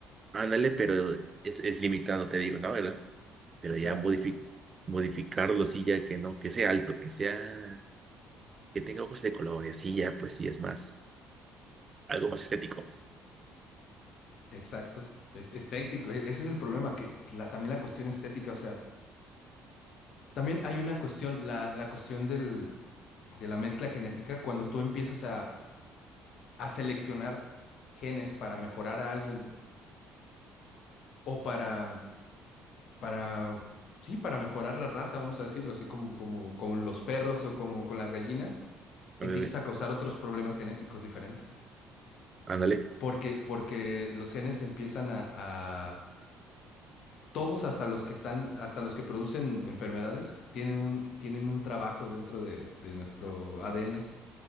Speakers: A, on the right; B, on the left.
A: Ándale, pero es, es limitado, te digo, ¿no? ¿Verdad? Pero ya
B: Claro,
A: modifi- modificarlo, sí, ya que no, que sea alto, que sea, que tenga ojos de color y así ya, pues sí, es más, algo más estético.
B: exacto. Es, estético. e- Ese es el problema, que la- también la cuestión estética, o sea, también hay una cuestión, la, la cuestión del, de la mezcla genética, cuando tú empiezas a, a seleccionar genes para mejorar a alguien o para, para, sí, para mejorar la raza, vamos a decirlo, así como, como, como los perros o como con las gallinas
A: Ándale,
B: empiezas a causar otros problemas genéticos diferentes.
A: ándale.
B: Porque, porque los genes empiezan a, a- todos hasta los que están, hasta los que producen enfermedades, tienen un, tienen un trabajo dentro de, de nuestro ADN.